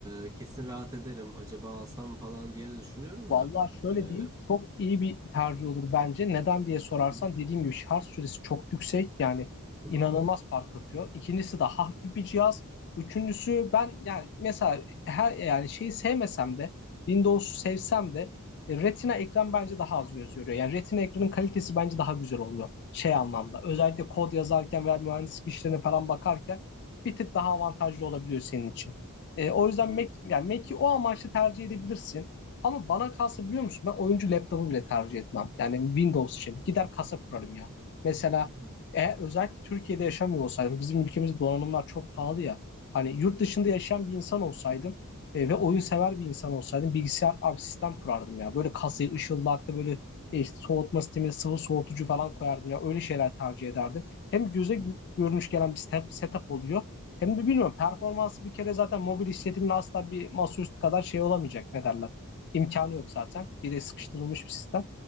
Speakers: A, on the right; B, on the left.
A: e, kesin rahat ederim. Acaba alsam falan diye de düşünüyorum
B: Vallahi
A: da.
B: şöyle
A: Ee, hı
B: diyeyim çok iyi bir tercih olur bence. Neden diye sorarsan
A: hı,
B: dediğim gibi şarj süresi çok yüksek yani
A: değil
B: inanılmaz
A: mi?
B: fark atıyor. İkincisi de hafif bir cihaz. Üçüncüsü ben yani mesela her yani şeyi sevmesem de Windows'u sevsem de e, Retina ekran bence daha az göz yoruyor. Yani Retina ekranın kalitesi bence daha güzel oluyor şey anlamda.
A: Hı hı,
B: Özellikle kod yazarken veya mühendislik işlerine falan bakarken bir tık daha avantajlı olabiliyor senin için. E, o yüzden
A: hı hı,
B: Mac yani Mac'i o amaçla tercih edebilirsin. Ama bana kalsa biliyor musun ben oyuncu laptopu bile tercih etmem. Yani Windows için. Gider kasa kurarım ya. Mesela
A: hı hı,
B: e, özellikle Türkiye'de yaşamıyor olsaydım bizim ülkemizde donanımlar çok pahalı ya. Hani yurt
A: evet,
B: dışında yaşayan bir insan olsaydım e, ve oyun sever bir insan olsaydım bilgisayar abi sistem kurardım ya. Böyle kasayı ışıldaklı böyle e, soğutma sistemi sıvı soğutucu falan koyardım ya. Öyle şeyler tercih ederdim. Hem göze gö-
A: hı hı.
B: görünüş gelen bir set- setup oluyor. Hem de bilmiyorum performansı bir kere zaten mobil işletimin asla bir masaüstü kadar şey olamayacak ne derler imkanı yok zaten. Biri sıkıştırılmış bir sistem.